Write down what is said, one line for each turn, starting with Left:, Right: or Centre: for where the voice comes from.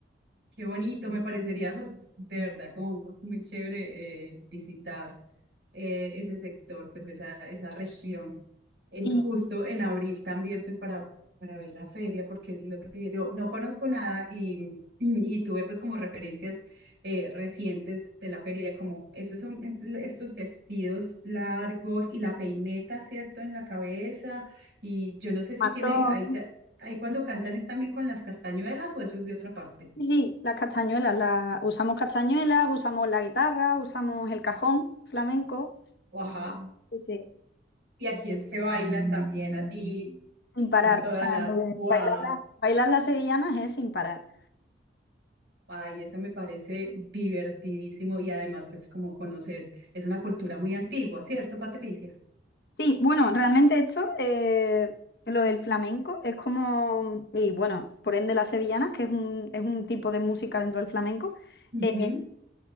Right: Qué bonito, me parecería pues de verdad como muy chévere eh, visitar eh, ese sector, pues esa, esa región, en,
Left: Y
Right: justo en abril también pues para, para ver la feria, porque es lo que te digo, no conozco nada y, <clears throat> y tuve pues como referencias eh, recientes de la feria, como esos son eh, estos vestidos largos y la peineta, ¿cierto? En la cabeza y yo no sé si
Left: matón.
Right: tiene, ahí, ta- ahí cuando cantan es también con las castañuelas o eso es de otra parte.
Left: Sí, sí, las castañuelas, las, usamos castañuelas, usamos la guitarra, usamos el cajón flamenco,
Right: O Ajá.
Left: sí, sí,
Right: Y aquí es que bailan también así,
Left: sin parar.
Right: con toda
Left: O sea,
Right: la...
Left: bailar,
Right: ¡Wow!
Left: la- bailar las sevillanas es sin parar.
Right: Ay, eso me parece divertidísimo y además pues como conocer, es una cultura muy antigua, ¿cierto, Patricia?
Left: Sí, bueno, realmente esto, eh, lo del flamenco, es como, y bueno, por ende las sevillanas, que es un, es un tipo de música dentro del flamenco,
Right: Ujú.
Left: eh,